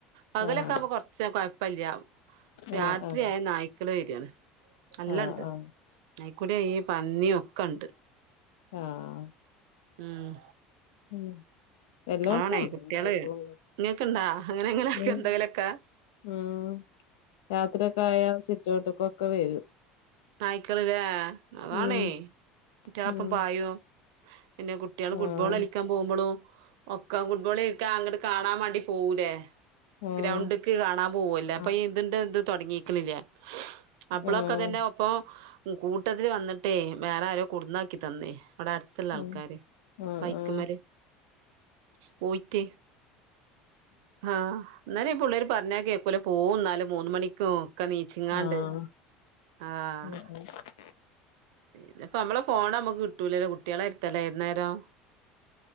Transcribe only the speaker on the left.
ആഹ്
ആഹ് ആഹ്
ആഹ് ആഹ്
ആഹ്
ഉം എല്ലാട്ത്തുണ്ട്
നായിക്കളും
ഉം
രാത്രിയൊക്കെ ആയാൽ സിറ്റോട്ടിക്കൊക്കെ വരും.
ഉം
ഉം
ആഹ്
ആഹ്
ആഹ്
ഉം
ആഹ് ആഹ്
ആഹ് ആഹ് <unintelligible>